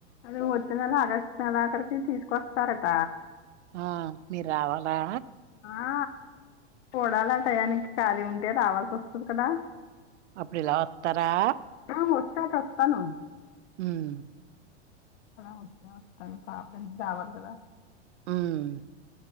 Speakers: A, on the left; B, on the right.
A: అది వచ్చే నెల ఆగస్టు నెల ఆఖరికి తీసుకొస్తారట
B: ఆ మీరు రావాలా
A: ఆ చూడాలి ఆ టయానికి కాళీ ఉంటే రావాల్సి వస్తది కదా
B: అప్పుడు ఇలాత్తరా
A: ఆ వస్తాక వస్తాను
B: ఉహ్
A: వస్తే వస్తాను రావాలి కదా
B: ఉమ్